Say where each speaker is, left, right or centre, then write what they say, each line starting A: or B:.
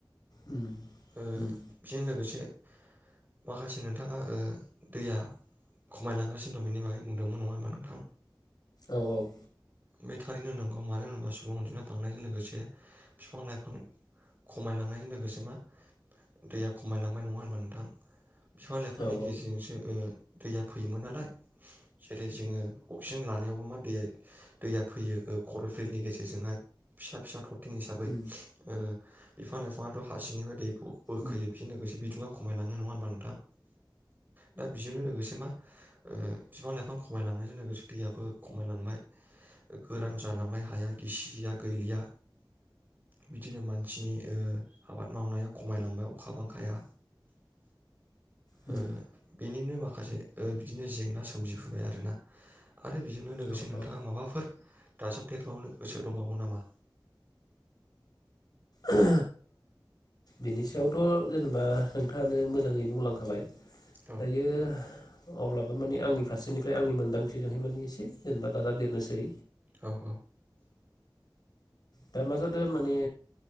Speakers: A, on the left; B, on the right.
A: उम।
B: ओ
A: उम
B: बेजों लोगोसे। माखासे नोंथाङा दैया खमायलांगासिनो दं बेनि बागै बुंदोंमोन नङा होमबा नोंथां।
A: औ औ।
B: बे थारैनो नांगौ मानो होनोब्ला सुबुं अनजिमाया बांनायजों लोगोसे बिफां लाइफां खमायलांनायजों लोगोसे मा दैया खमायलांबाय नङा होनबा नोंथां बिफां लाइफांनि
A: औ
B: गेजेरजोंसोओ दैया फैयोमोन नालाय जेरै जोङो अक्सिजेन लानायावबो मा दैया दैया फैयो खरलफिल्डनि गेजेरजोंहाय फिसा फिसा थर बिथिं हिसाबै
A: उम
B: ओ बिफां लाइफाङाथ' हसिंफ्राय दैफौ बोखोयो
A: औ
B: बिजों लोगोसे बिदङाव खमायलाङो नङा होमबा नोंथां दा बेजोंनो लोगोसे मा ओ बिफां लाइफां खमायलांनायजों लोगोसे दैयाबो खमायलांबाय गोरान जालांबाय हाया गिसिया गैलिया बिदिनो मानसिनि ओ‌‌ आबाद मावनायाव खमायलांबाय अखा बांखाया
A: उम
B: ओ बिनिनो माखासे ओ बिदिनो जेंना सोमजिबोबाय आरोोना आरो बेजोंनो लोगोसे
A: औ
B: नोंथाङा
A: ओ
B: माबाफोर दाजाबदेरबावनो गोसो दंबावो नामा
A: ओ बिनि सायावथ' जेनेबा नोंथाङानो मोजाङै बुंलांखाबाय
B: औ
A: दायो अब्लाबो माने आंनिफ्राय फारसेनिफ्राय आंनि मोनदांथिजोंहाय माने एसे जेनेबा नाजाबदेरनोसै
B: औ औ
A: दा मा जादो‌ माने